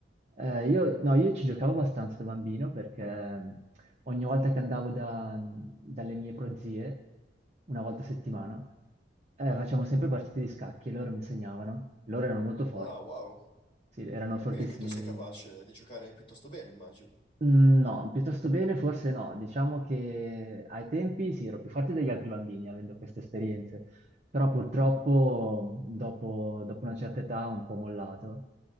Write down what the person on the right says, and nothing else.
Eh, io, no, io ci giocavo abbastanza da bambino perché mm, ogni volta che andavo da- mm, dalle mie prozie, una volta a settimana, eh, facevamo sempre partite di scacchi e loro mi insegnavano. Loro erano molto forti,
sì, erano fortissimi.
Mm, No, piuttosto bene, forse no. Diciamo che ai tempi sì, ero più forte degli altri bambini avendo queste esperienze, però purtroppo dopo, dopo una certa età ho un po' mollato.